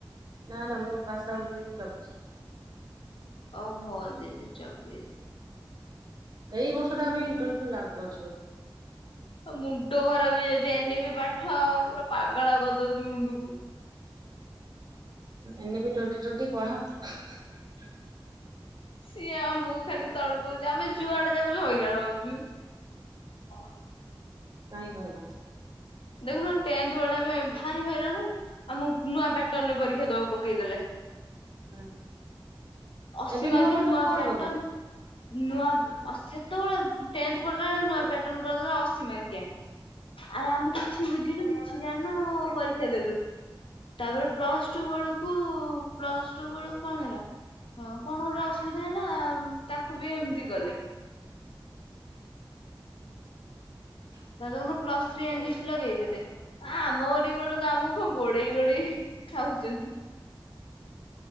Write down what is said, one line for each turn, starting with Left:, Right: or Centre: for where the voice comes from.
Right: ନା ନା ମୁଁ ବାସା ଗୋଟେ ଯି ଚବିଶ।
Left: ଓହୋ ଦିଦି ଚବିଶ।
Right: ଏଇ ବର୍ଷଟ ଇଣ୍ଟନସିପ ଲାଗୁ କରିଛି ବୋଧେ?
Left: ଆ ମୁଣ୍ଡ ଖରାପ ହେଇଯାଉଛି ଏନି ବି ପାଠ ପୁରା ପାଗଳା କରିଦଉଛି ମୁଣ୍ଡକୁ।
Right: ଏମିତି ଟ୍ୱଣ୍ଟି ଟ୍ୱଣ୍ଟି ପଢା?
Left: ସିଏ ଆମକୁ ଖାଲି ତଳ ପଉଛି ଆମେ ଯୁଆଡେ ଯାଉଛୁ ହଇରାଣ ହଉଛୁ। <inaudible>
Right: କାଇଁ ହଇରାଣ?
Left: ଦେଖୁନ ଟେନଥ ବେଳେ ଆମେ ଭାରି ହଇରାଣ। ଆମକୁ ନୂଆ ପାଟର୍ଣ ରେ ପରୀକ୍ଷା ଦବାକୁ ପକେଇ ଦେଲେ।
Right: <inaudible> ଓହୋ
Left: ଅଶୀ
Right: ଏବେ ନୂଆ
Left: ମାର୍କିଆ
Right: ପଟନ କଣ
Left: ପ୍ୟାଟର୍ନ
Right: କରିବେ।
Left: ନୂଆ ସେତେବେଳେ ଟେନଥ ପଢିଲା ବେଳେ ନୂଆ ପ୍ୟାଟର୍ଣ କରିଦେଲା ଅଶୀ ମାର୍କିଆ। ଆଉ ଆମେ କିଛି ବୁଝିନୁ କିଛି ଜାଣିନୁ ପରୀକ୍ଷା ଦେଲୁ। ତାପରେ ପ୍ଲସ ଟୁ ବେଳକୁ ପ୍ଲସ ଟୁ ବେଳକୁ କଣ ହେଲା। କଣ ଗୋଟେ ଅସୁବିଧା ହେଲା ତାକୁ ବି ଏମିତି କଲେ।
Right: ହୁଁ ହୁଁ।
Left: ତାର ପ୍ଲସ ଥ୍ରୀ ଏନି ପିଲା ଦେଇଦେଲେ। ଆମରି ବେଳକୁ ଆମକୁ ଗୋଡେଇ ଗୋଡେଇ ଖାଉଛନ୍ତି। <inaudible>